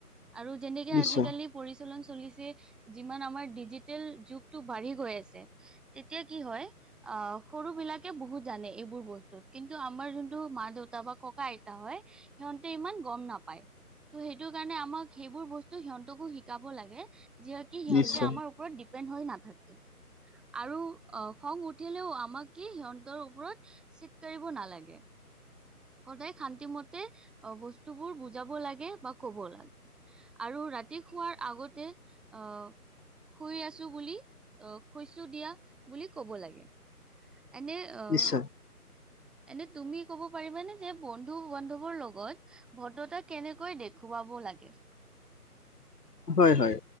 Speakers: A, in the centre; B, on the left.
A: আৰু যেনেকে
B: নিশ্চয়
A: আজিকালি পৰিচালন চলিছে। যিমান আমাৰ ডিজিটেল যুগটো বাঢ়ি গৈ আছে। তেতিয়া কি হয় আহ সৰু ৎবিলাকে বহুত জানে এইবোৰ বস্তুত কিন্তু আমাৰ যোনটো মা দেউতা বা ককা আইতা হয়। সিহঁতে ইমান গম নাপায় ত' সেইটো কাৰণে আমাক সেইবোৰ বস্তু ত' সিহঁতকো শিকাব লাগে যিহকে সিহঁতে
B: নিশ্চয়
A: আমাৰ ওপৰত ডিপেণ্ড হৈ নাথাকে। আৰু আহ খং উঠিলেও আমাক কি সিহঁতৰ ওপৰত চিত কাৰিব নালাগে। সদায় শান্তিমতে অ' বস্তুবোৰ বুজাব লাগে বা ক'ব লাগে। আৰু ৰাতি শোৱাৰ আগতে আহ শুই আছো বুলি আহ শুইছো দিয়া বুলি ক'ব লাগে। এনে অ'
B: নিশ্চয়
A: এনে তুমি ক'ব পাৰিবানে যে বন্ধু বান্ধবৰ লগত ভদ্ৰতা কেনেকৈ দেখুৱাব লাগে?
B: হয়, হয়,